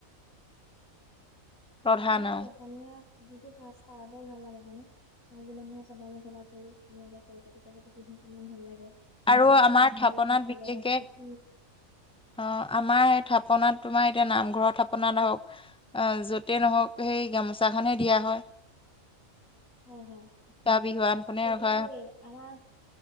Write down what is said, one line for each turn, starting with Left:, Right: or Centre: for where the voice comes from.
Centre: প্ৰধান
Left: আমাৰ সঁচাকে
Centre: আৰু
Left: অসমীয়া যিটো সাজ-পাৰ বৰ ভাল লাগে অক ন। মাইকী মানুহৰ চাদৰ-মেখেলা যোৰ ধুনীয়াকে পৰি-পাতিকে যদি পিন্ধে কিমান ভাল লাগে।
Centre: আৰু
Left: আহ
Centre: আমাৰ
Left: তাৰপিছত পুৰুষসকলৰ
Centre: থাপনাত বিশেষকে,
Left: ধুতি
Centre: আহ আমাৰ থাপ থাপনাত তোমাৰ এতিয়া নামঘৰত থাপনাত হওক য'তেই নহওক সেই গামোচাখনহে দিয়া হয়। <inaudible>
Left: হয় হয়
Centre: বা বিহুৱানখনে
Left: এতিয়া
Centre: ৰখা
Left: সে আমাৰ,